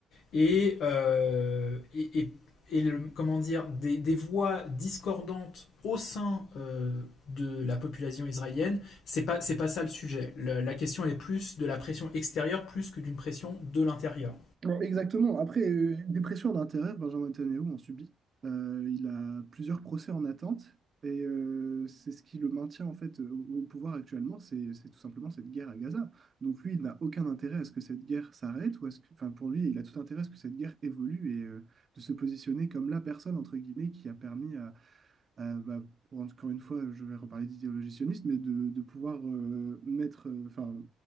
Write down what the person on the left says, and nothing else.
et, euh, et, et, et le- comment dire, des, des voix discordantes au sein euh, de la population israélienne, c'est pas, c'est pas ça le sujet. Le- la question elle est plus de la pression extérieure plus que d'une pression de l'intérieur.